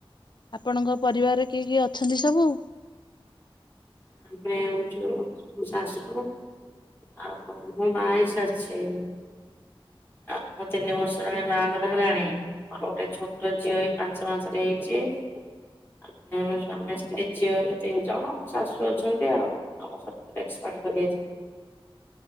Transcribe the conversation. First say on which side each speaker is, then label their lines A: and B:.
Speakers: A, on the left (about 50°); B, on the left (about 25°).
A: ଆପଣଙ୍କ ପରିବାରରେ କିଏ କିଏ ଅଛନ୍ତି ସବୁ?
B: ତାପରେ ହଉଛୁ ଶାଶୁ ଆ ମୁଁ ବାଇସ ଅଛି। ଆଉ ମୋ ତିନି ବର୍ଷ ହେଲାଣି ବାହାଘର ହେଲାଣି। ମୋର ଗୋଟେ ଛୋଟ ଝିଅ ଏଇ ପାଞ୍ଚ ମାସ ରେ ହେଇଚି। ଆମେ ଆମ ସ୍ୱାମୀ ସ୍ତ୍ରୀ ଝିଅ ହେଲୁ ତିନି ଜଣ, ଆମ ଶାଶୁ ଅଛନ୍ତି ଆଉ। ଆମ ଶଶୁର ଏକ୍ସପାର୍ଡ କରିଯାଇଚନ୍ତି।